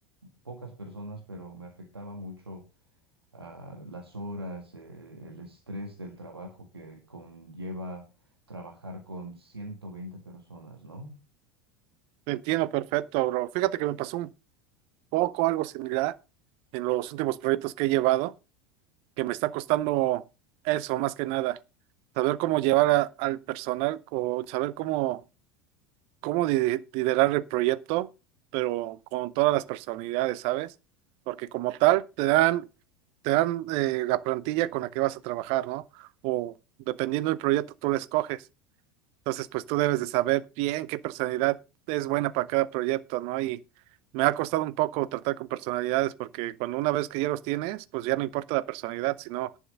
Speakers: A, on the right; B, on the right.
A: pocas personas, pero me afectaba mucho, ah, las horas, eh, el estrés del trabajo que conlleva trabajar con 120 personas, ¿no?
B: Te entiendo perfecto, bro. Fíjate que me pasó un poco algo similar en los últimos proyectos que he llevado, que me está costando eso más que nada, saber cómo llevar a- al personal o saber cómo, cómo li- liderar el proyecto, pero con todas las personalidades, ¿sabes? Porque como tal, te dan, te dan eh, la plantilla con la que vas a trabajar, ¿no? O dependiendo del proyecto, tú la escoges Entonces, pues tú debes de saber bien qué personalidad es buena para cada proyecto, ¿no? Y me ha costado un poco tratar con personalidades porque cuando una vez que ya los tienes, pues ya no importa la personalidad, sino